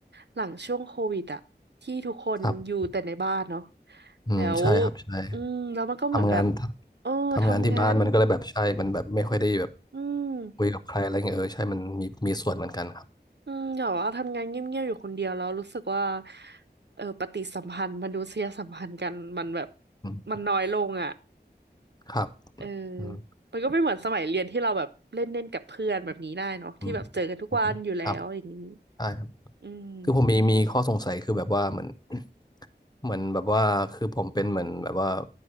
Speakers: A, on the right; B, on the left.
A: หลังช่วงโควิดอะที่ทุกคนอยู่แต่ในบ้านเนาะ
B: ครับอืมใช่ครับใช่
A: แล้วอืมแล้วมันก็เหมือนแบบ
B: ทำงาน
A: เออทำงาน
B: ทำงานที่บ้านมันก็เลยแบบใช่ มันแบบไม่ค่อยได้แบบ
A: อืม
B: คุยกับใครอะไรเงี้ยเออใช่มันมีมีส่วนเหมือนกันครับ
A: อืมอย่าว่าทำงานเงียบๆอยู่คนเดียวแล้วรู้สึกว่าเออปฏิสัมพันธ์มนุษยสัมพันธ์กันมันแบบ
B: อืม
A: มันน้อยลงอ่ะ
B: ครับ
A: เออ
B: อืม
A: มันก็ไม่เหมือนสมัยเรียนที่เราแบบเล่นเล่นกับเพื่อนแบบนี้ได้เนาะที่แบบเจอกันทุกวันอยู่แล้วอย่างนี้
B: อืมอืมครับ ใช่ครับ
A: อืม
B: คือผมมีมีข้อสงสัยคือแบบว่าเหมือน <coughs> <clears throat> เหมือนแบบว่าคือผมเป็นเหมือนแบบว่า